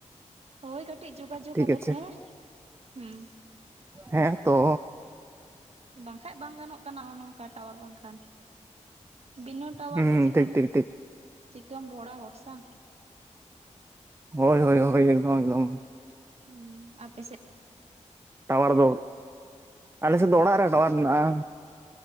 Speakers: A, on the right (about 50°); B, on the right (about 20°).
A: ᱦᱳᱭ ᱠᱟᱹᱴᱤᱡ ᱡᱳᱜᱟᱡᱳᱜᱽ
B: ᱴᱷᱤᱠ
A: ᱟᱞᱮ
B: ᱟᱪᱷᱮ
A: ᱯᱮ ᱦᱩᱸ
B: ᱦᱮᱸ ᱛᱚ
A: ᱵᱟᱝᱠᱷᱟᱡ ᱵᱟᱝ ᱜᱟᱱᱚᱜ ᱠᱟᱱᱟ ᱚᱱᱚᱝ ᱚᱱᱠᱟ ᱴᱟᱣᱟᱨ ᱵᱟᱝ ᱠᱷᱟᱱ ᱵᱤᱱᱟᱹ ᱴᱟᱣᱟᱨ
B: ᱦᱩᱸ
A: ᱛᱮ ᱪᱤᱠᱟᱹᱢ
B: ᱴᱷᱤᱠ ᱴᱷᱤᱠ ᱴᱷᱤᱠ
A: ᱪᱤᱠᱟᱹᱢ ᱨᱚᱲᱟ ᱦᱚᱲ ᱥᱟᱶ
B: ᱦᱳᱭ ᱦᱳᱭ ᱦᱳᱭ ᱮᱠᱫᱚᱢ ᱮᱠᱫᱚᱢ
A: ᱦᱩᱸᱻ ᱟᱯᱮ ᱥᱮᱫ
B: ᱴᱟᱣᱟᱨ ᱫᱚ ᱟᱞᱮᱥᱮᱫ ᱫᱚ ᱚᱲᱟᱜ ᱨᱮ ᱴᱟᱣᱟᱨ ᱢᱮᱱᱟᱜᱼᱟ